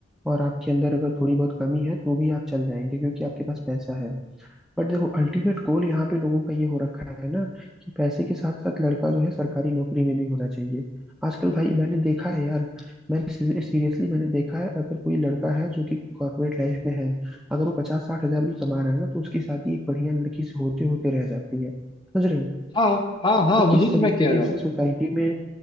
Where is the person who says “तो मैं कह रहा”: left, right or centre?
Left